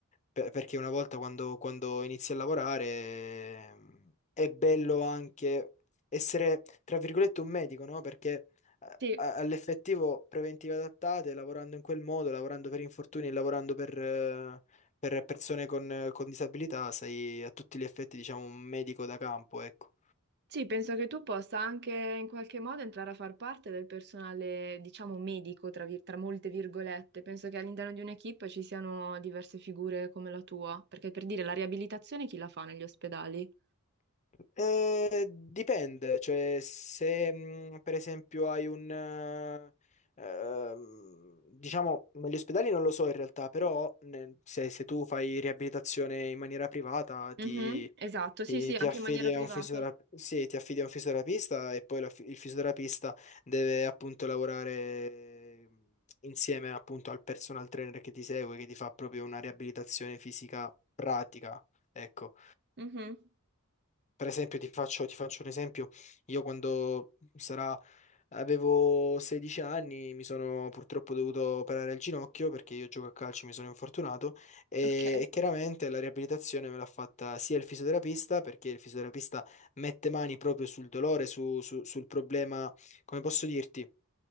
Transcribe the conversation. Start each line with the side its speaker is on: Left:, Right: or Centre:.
Left: per- perché una volta quando, quando inizi a lavorare eh, è bello anche essere, tra virgolette, un medico, no? Perché
Right: Sì.
Left: a- all'effettivo preventive adattate, lavorando in quel modo, lavorando per infortuni e lavorando per, eh, per persone con, eh, con disabilità, sei a tutti gli effetti, diciamo, un medico da campo, ecco.
Right: Sì, penso che tu possa anche in qualche modo entrare a far parte del personale, diciamo, medico, tra, vir- tra molte virgolette. Penso che all'interno di un'equipe ci siano diverse figure come la tua, perché per dire la riabilitazione chi la fa negli ospedali?
Left: Eh, dipende, cioè se mh, per esempio hai un... eh, ehm, diciamo, negli ospedali non lo so in realtà, però ne- se, se tu fai riabilitazione in maniera privata
Right: Mhm,
Left: ti,
Right: esatto, sì,
Left: Ti,
Right: sì, anche
Left: ti affidi
Right: in maniera privata.
Left: a un fisiotera- sì, ti affidi a un fisioterapista e poi la fi- il fisioterapista deve appunto lavorare mh, insieme appunto al personal trainer che ti segue, che ti fa proprio una riabilitazione fisica pratica, ecco.
Right: Mhm.
Left: Per esempio, ti faccio, ti faccio un esempio. Io quando sarà, avevo 16 anni, mi sono purtroppo dovuto operare il ginocchio perché io gioco a calcio, mi sono infortunato e,
Right: Ok.
Left: e chiaramente la riabilitazione me l'ha fatta sia il fisioterapista, perché il fisioterapista mette mani proprio sul dolore, su- su- sul problema, come posso dirti?